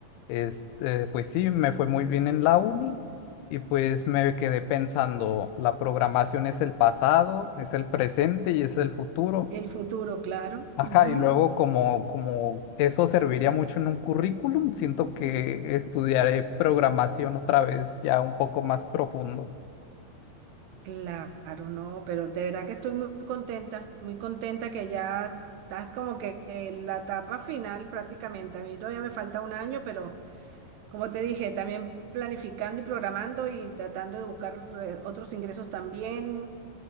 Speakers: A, on the left; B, on the right.
A: es, eh, pues sí, me fue muy bien en la uni y pues me quedé pensando, la programación es el pasado, es el presente y es el futuro.
B: El futuro, claro.
A: Ajá,
B: ujú.
A: y luego como, como eso serviría mucho en un currículum, siento que estudiaré programación otra vez ya un poco más profundo.
B: Claro, no, pero de verdad que estoy muy contenta, muy contenta que ya estás como que en la etapa final prácticamente. A mí todavía me falta un año, pero como te dije, también planificando y programando y tratando de buscar eh, otros ingresos también.